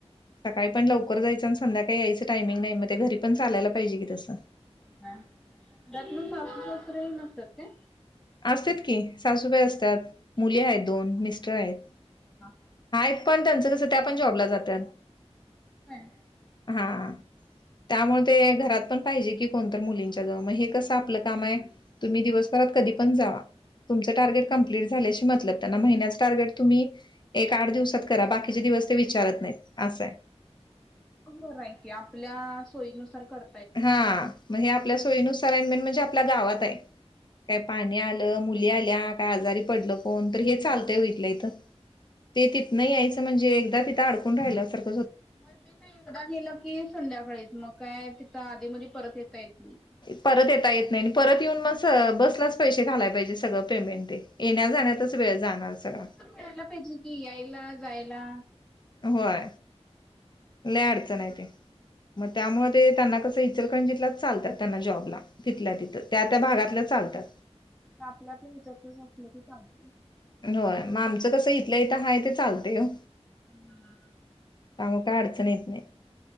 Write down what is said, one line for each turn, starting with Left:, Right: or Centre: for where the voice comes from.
Left: सकाळी पण लवकर जायचं आणि संध्याकाळी यायचं टायमिंग नाही म घरी पण चालायला पाहिजे की तसं.
Centre: ह त्यातनं सासू सासरे नसत्यात काय?
Left: असत की सासूबाई असत्यात मुली आहेत दोन मिस्टर आहेत.
Centre: हा
Left: आहेत पण त्यांचं कसं त्या पण जॉबला जातात.
Centre: होय.
Left: हां त्यामुळे ते घरात पण पाहिजे की कोणतरं मुलींच्या जवळ मग हे कसं आपलं काम आहे. तुम्ही दिवसभरात कधी पण जावा. तुमचं टार्गेट कंप्लीट झाल्याशी मतलब त्यांना महिन्याच टार्गेट तुम्ही एक आठ दिवसात करा बाकीचे दिवस ते विचारत नाहीत असं आहे.
Centre: मग बरं आहे की आपल्या सोयीनुसार कर
Left: हा मग हे आपल्या सोयीनुसार आणि मेनं म्हणजे आपल्या गावात आहे काय पाणी आलं मुली आल्या काय आजारी पडल कोण तर हे चालतंय ओ इथल्या इथं ते तिथनं यायचं म्हणजे एकदा तिथं अडकून राहिल्या सारखं
Centre: मग ते एकदा गेलं की संध्याकाळीच मग काय तिथं आधी मधी परत येता येत नाही
Left: परत येता येत नाही परत येऊन मग बसलाच पैसे घालायला पाहिजे सगळं पेमेंट ते येण्या जाण्यातच वेळ जाणार सगळा
Centre: <unintelligible> पाहिजे की यायला जायला.
Left: होय लई अडचण आहे ते. मग त्यामुळ ते त्यांना कसं इचलकरंजितलाच चालतात त्यांना जॉबला. तिथल्या तिथं त्या त्या भागातल्या चालतात.
Centre: आपल्या आपल्या <unintelligible> असलं की चालतंय
Left: होय मग आमचं कसं इथल्या इथं हाय ते चालतय ओ
Centre: हम्म
Left: त्यामुळं काय अडचणी येत नाहीत